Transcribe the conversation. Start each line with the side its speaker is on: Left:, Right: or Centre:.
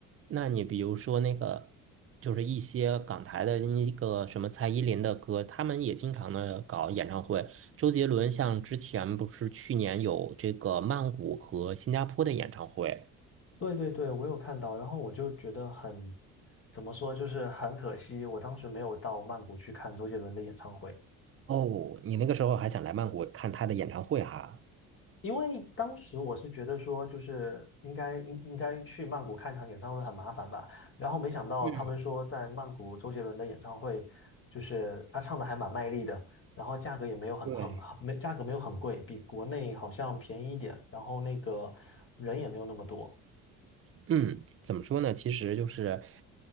Right: 那你比如说那个，就是一些港台的那个什么蔡依林的歌，他们也经常的搞演唱会。周杰伦像之前不是去年有这个曼谷和新加坡的演唱会
Left: 对对对，我有看到，然后我就觉得很，怎么说，就是很可惜，我当时没有到曼谷去看周杰伦的演唱会，
Right: 哦，你那个时候还想来曼谷看他的演唱会哈？
Left: 因为当时我是觉得说，就是应该应应该去曼谷看场演唱会很麻烦吧，然后没想到他们说在曼谷周杰伦的演唱会，
Right: 嗯，
Left: 就是他唱的还蛮卖力的，然后价格也没有很很没价格没有很贵，
Right: 对。
Left: 比国内好像便宜一点，然后那个人也没有那么多。
Right: 嗯，怎么说呢？其实就是